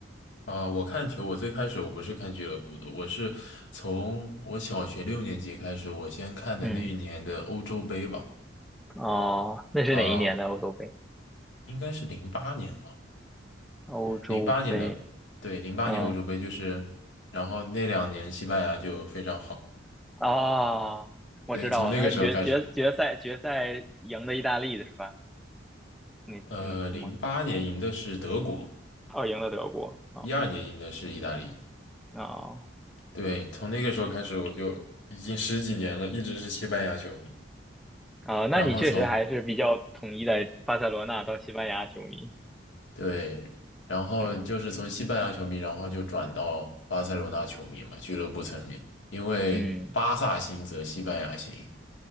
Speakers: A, on the left (about 75°); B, in the centre.
A: 啊，我看球，我最开始我不是看俱乐部的，我是从我小学六年级开始，我先看的那一年的欧洲杯吧，
B: 嗯，哦，那是哪一年的欧洲杯？
A: 呃，应该是零八年吧。
B: 欧洲杯，
A: 零八年的，对，零八年欧洲杯就是，
B: 嗯，
A: 然后那两年西班牙就非常好，
B: 哦，我知道了，
A: 对，从那个时候开始，
B: 那决决决赛决赛赢的意大利的是吧？你你是吗？
A: 呃，零八年赢的是德国，
B: 哦，赢了德国啊，
A: 一二年赢的是意大利，
B: 哦
A: 对，从那个时候开始我就已经十几年了，一直是西班牙球迷，
B: 啊，呃那你确实还是比较统一的巴塞罗那到西班牙球迷。
A: 然后从，对，然后就是从西班牙球迷，
B: 嗯
A: 然后就转到巴塞罗那球迷嘛，俱乐部层面，因为巴萨兴则西班牙兴，
B: 嗯，